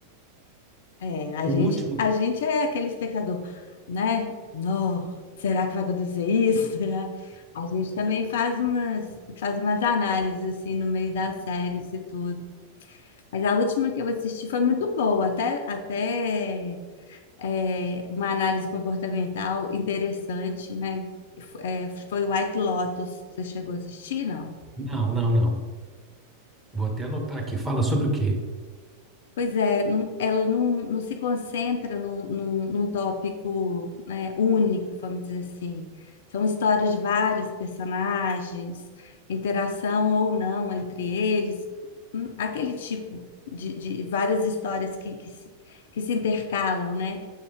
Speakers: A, on the left (about 55°); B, in the centre.
A: É, a
B: O
A: gente,
B: último.
A: a gente é aquele espectador, né? Não, será que vai acontecer isso? <laughs> Será? A gente também faz umas, faz umas análises assim no meio das séries e tudo. Mas a última que eu assisti foi muito boa, até, até é, uma análise comportamental interessante, né? F- é, foi White Lotus. Você chegou a assistir, não?
B: Não, não, não. Vou até anotar aqui. Fala sobre o quê?
A: Pois é, não- ela não, não se concentra num, num- num tópico, né, único, vamos dizer assim. São histórias de vários personagens, interação ou não entre eles, hum, aquele tipo de, de várias histórias que, que se, que se intercalam, né?